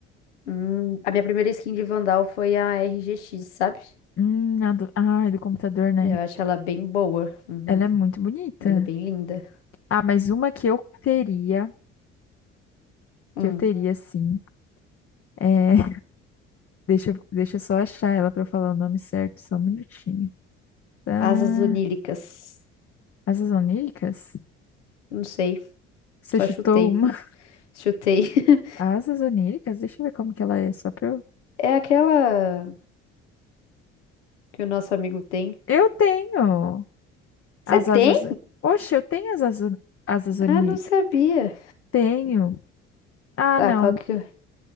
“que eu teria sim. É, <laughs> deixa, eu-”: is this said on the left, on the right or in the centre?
Left